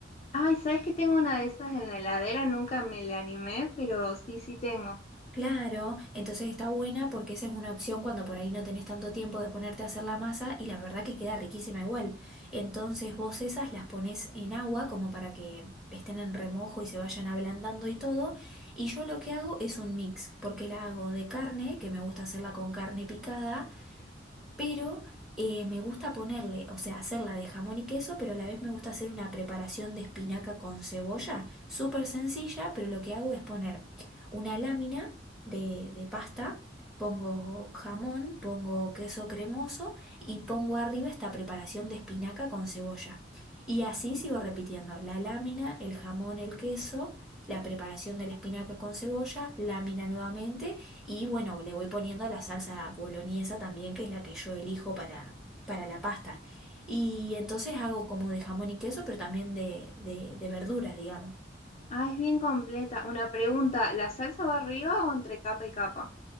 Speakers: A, on the left; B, in the centre.
A: Ay, ¿sabes que tengo una de esas en la heladera? Nunca me le animé, pero sí, sí tengo.
B: Claro, entonces está buena porque esa es una opción cuando por ahí no tenés tanto tiempo de ponerte a hacer la masa y la verdad que queda riquísima igual. Entonces vos esas las pones en agua como para que estén en remojo y se vayan ablandando y todo. Y yo lo que hago es un mix, porque la hago de carne, que me gusta hacerla con carne picada pero eh, me gusta ponerle, o sea, hacerla de jamón y queso, pero a la vez me gusta hacer una preparación de espinaca con cebolla, súper sencilla, pero lo que hago es poner una lámina de, de pasta, pongo jamón, pongo queso cremoso y pongo arriba esta preparación de espinaca con cebolla. Y así sigo repitiendo, la lámina, el jamón, el queso, la preparación de la espinaca con cebolla, lámina nuevamente. Y bueno, le voy poniendo la salsa boloñesa también, que es la que yo elijo para, para la pasta. Y entonces hago como de jamón y queso, pero también de, de, de verduras, digamos.
A: Ah, es bien completa. Una pregunta, ¿la salsa va arriba o entre capa y capa?